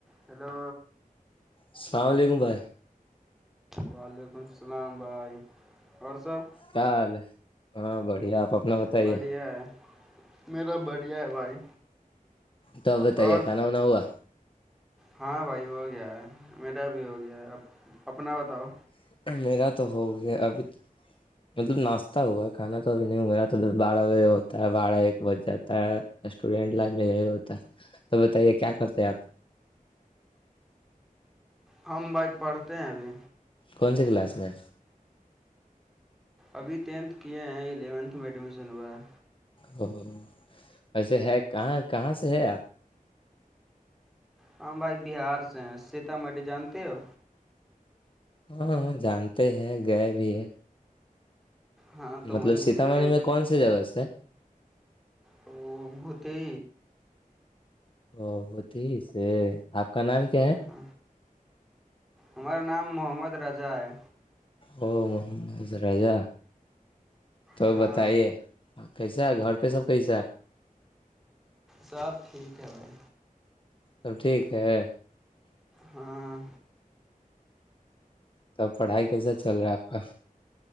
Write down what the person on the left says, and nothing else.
السلام علیکم بھائی
کیا حال ہے ہاں بڑھیا آپ اپنا بتائیے
توبت
کھانا ہونا ہوا
میرا تو ہو گیا ابھی مطلب ناشتہ ہوا ہے کھانا تو اب نہیںگیرا تو بارہ بجے ہوتا ہے بارہ ایک بجے جات اسٹوڈینٹ لائف میں یہی ہوتا تو بتائیے کیا کرتے ہیں آپ
کون سی کلاس میں
او ویسے ہے کہاں کہاں سے ہے آپ
ہاں ہاں جانتے ہیں گئے بھی ہے
مطلب
سیتامڑھی
میں کون سی جگہ سے
او وہ تھی سے آپ کا نام کیا ہے
ا محمد راجا تو
بتائیے ہ کیسا ہے گھر پہ سب کیس ہے
سب ٹھیک ہے
تب پڑھائی کیسا چل رہا ہے آپ کا